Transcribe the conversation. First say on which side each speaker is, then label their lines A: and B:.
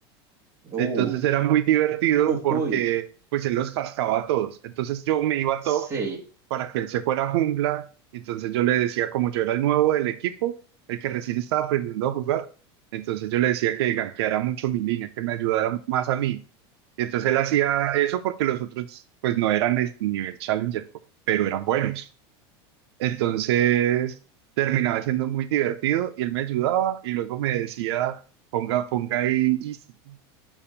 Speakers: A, on the right (about 20°); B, on the right (about 80°).
A: Uh,
B: entonces era muy divertido porque
A: uy,
B: pues él los cascaba a todos. Entonces yo me iba a
A: sí.
B: top para que él se fuera a jungla. Entonces yo le decía, como yo era el nuevo del equipo, el que recién estaba aprendiendo a jugar, entonces yo le decía que gankeara mucho mi línea, que me ayudara más a mí. Y entonces él hacía eso porque los otros pues no eran es- nivel challenger, pero eran buenos. Entonces terminaba siendo muy divertido y él me ayudaba y luego me decía, ponga, ponga ahí easy.